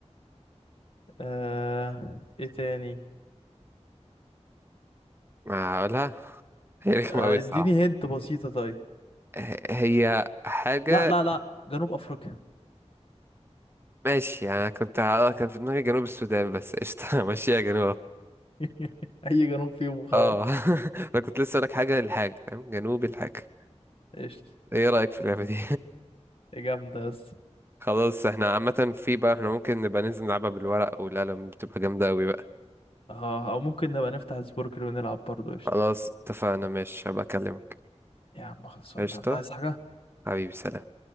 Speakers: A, on the left; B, on the right.
A: آه ايه تاني
B: آه، اقولها هي رخمة
A: آه،
B: أوي الصراحة
A: اديني هنت بسيطة طيب
B: ه- هي حاجة
A: لا لا لا جنوب افريقيا
B: ماشي يعني أنا كنت اه كان في دماغي جنوب السودان بس قشطة <laughs> ماشي يا جنوب
A: <laughs> اي جنوب فيهم وخلاص
B: اه <laughs> انا كنت لسه لك حاجة للحاجة فاهم جنوب الحاجة
A: قشطة
B: ايه رأيك في اللعبة دي
A: يا جامدة يا اسطى
B: <laughs> خلاص احنا عامة في بقى احنا ممكن نبقى ننزل نلعبها بالورق والقلم بتبقى جامدة اوي بقى
A: اه او ممكن نبقى نفتح سبوركل ونلعب برضه قشطة
B: خلاص اتفقنا ماشي هبقى اكلمك
A: يا عم خلصانه
B: قشطة
A: الله عايز حاجه
B: حبيبي سلام